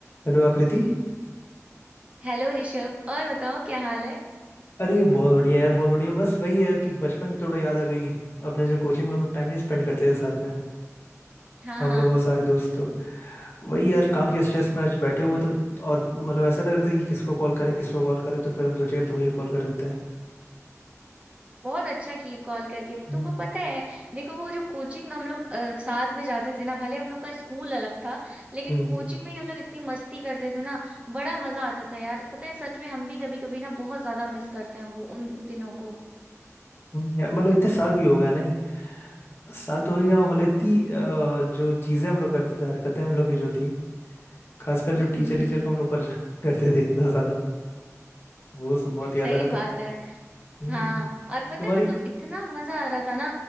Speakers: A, on the left; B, on the right.
A: हेलो आकृति
B: Hello Rishabh और बताओ क्या हाल है
A: अरे बहुत बढ़िया यार बहुत बढ़िया बस वही है यार कि बचपन की थोड़ा याद आ गई अपने जो कोचिंग में हम लोग टाइम नहीं स्पेंड करते थे साथ में
B: हाँ
A: हम
B: हाँ
A: लोग और सारे दोस्त तो वही यार काम के स्ट्रेस में आज बैठे हुए तो और मतलब ऐसा लग रहा था कि किसको कॉल करें किसको कॉल करें तो फिर हम सोचे यार तुम्हें भी कॉल कर देते हैं
B: बहुत अच्छा किए कॉल करके
A: हम्म
B: तुमको पता है देखो वो जो कोचिंग हम लोग अ, साथ में जाते थे ना भले हम लोग का स्कूल अलग था लेकिन
A: हम्म,
B: कोचिंग में ही हम लोग इतनी मस्ती करते थे ना बड़ा मजा आता था यार पता है सच में हम भी कभी कभी ना बहुत ज्यादा मिस करते हैं वो उन दिनों को
A: हम्म, यार मतलब इतने साल भी हो गया नहीं साल तो हो ही गया मतलब इतनी अ, जो चीज़ें हम लोग करते थे हरकतें हम लोग की जो थी खासकर जो
B: <laughs>
A: टीचर टीचर को हम लोग परेशान <laughs> करते थे इतना ज़्यादा वो सब बहुत याद
B: सही
A: आ रहा
B: बात
A: था
B: है
A: हम्म
B: हाँ और पता
A: तुम्हारी
B: है मतलब इतना मजा आ रहा था ना